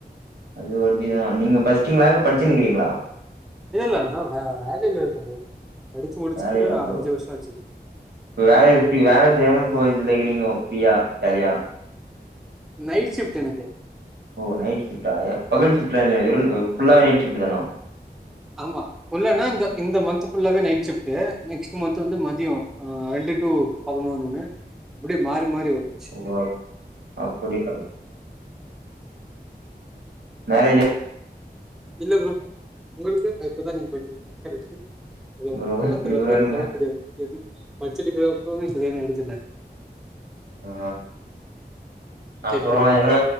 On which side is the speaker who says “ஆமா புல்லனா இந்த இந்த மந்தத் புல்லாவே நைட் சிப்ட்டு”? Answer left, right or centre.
Centre